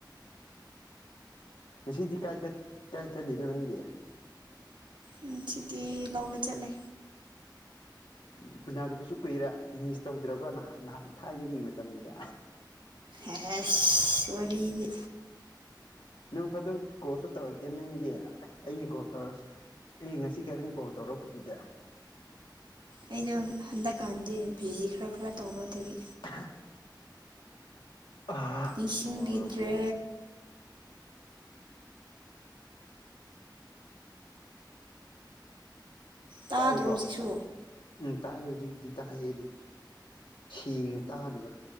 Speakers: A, on the left; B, on the right.
A: ꯉꯁꯤꯗꯤ ꯀꯥꯏ ꯀꯥꯏ ꯆꯠꯂꯤꯅꯣ ꯅꯪꯗꯤ
B: ꯎꯝ ꯁꯤꯗꯤ ꯂꯧꯗ ꯆꯠꯂꯦ
A: ꯎ ꯎꯅꯥꯗꯕꯁꯨ ꯀꯨꯏꯔꯦ ꯃꯤꯁ ꯇꯧꯗ꯭ꯔꯕ꯭ꯔꯣ ꯅꯍꯥꯟ ꯅꯍꯥꯟ ꯊꯥꯏꯅꯒꯤ ꯃꯇꯝꯗꯨꯗ
B: ꯑꯦ ꯋꯥꯔꯤꯗꯤ
A: ꯅꯪ ꯐꯗꯣꯛꯁꯨ ꯀꯣꯜꯁꯨ ꯇꯧꯔꯛꯇꯦ ꯅꯪꯒꯤ ꯑꯩꯅ ꯀꯣꯜ ꯇꯧꯔ ꯑꯦ ꯉꯁꯤ ꯀꯔꯪ ꯀꯥꯎ ꯇꯧꯔꯛꯄꯗꯨꯗ
B: ꯑꯩꯅ ꯍꯟꯗꯛꯀꯥꯟꯗꯤ ꯕꯤꯖꯤ ꯈꯔ ꯈꯔ ꯇꯧꯕꯗꯒꯤ
A: <unintelligible> ꯋꯥ
B: ꯅꯤꯡꯁꯤꯡꯕꯤꯗ꯭ꯔꯦ
A: ꯅꯦꯠꯋꯥꯛ
B: ꯇꯥꯗ꯭ꯔꯣ
A: ꯇꯥꯏꯀꯣ
B: ꯍꯧꯖꯤꯛꯁꯨ
A: ꯎꯝ ꯇꯥꯛ ꯍꯧꯖꯤꯛꯗꯤ ꯇꯥꯛ ꯑꯗꯨ ꯁꯦꯡꯉꯦ ꯇꯥꯗꯕ